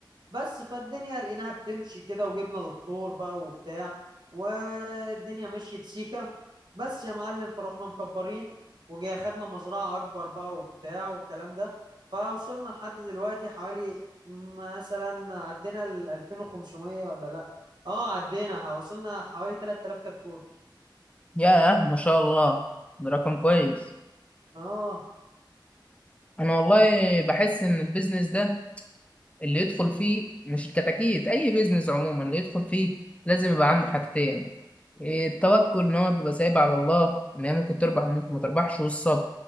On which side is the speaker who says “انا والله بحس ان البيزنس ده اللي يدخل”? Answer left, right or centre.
Left